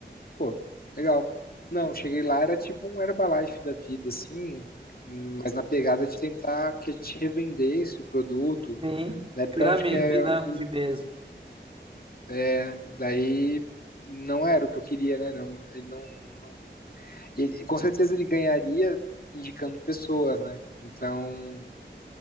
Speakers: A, on the left; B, on the right.
A: Pô, legal. Não, cheguei lá, era tipo um Herbalife da vida, assim, mas na pegada de tentar que a gente revendesse o produto.
B: sim.
A: Na época,
B: Pirâmide,
A: eu acho que é,
B: pirâmide
A: aquele-
B: mesmo.
A: é, daí não era o que eu queria, né? Não, ele não, não- e ele- com certeza ele ganharia indicando pessoas, né? Então,